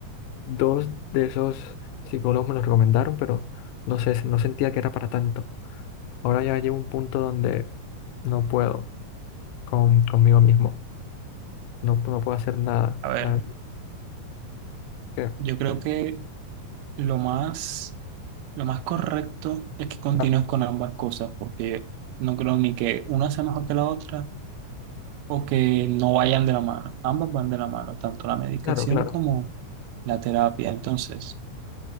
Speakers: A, on the left (about 80°); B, on the right (about 85°).
A: Dos de esos psicólogos me lo recomendaron, pero no sé, no sentía que era para tanto. Ahora ya llevo un punto donde no puedo con, conmigo mismo. No, no puedo hacer nada.
B: A ver,
A: La verdad que-
B: yo creo que lo más, lo más correcto es que continúes
A: ah,
B: con ambas cosas, porque no creo ni que una sea mejor que la otra o que no vayan de la mano. Ambas van de la mano, tanto la medicación
A: claro, claro.
B: como la terapia. Entonces,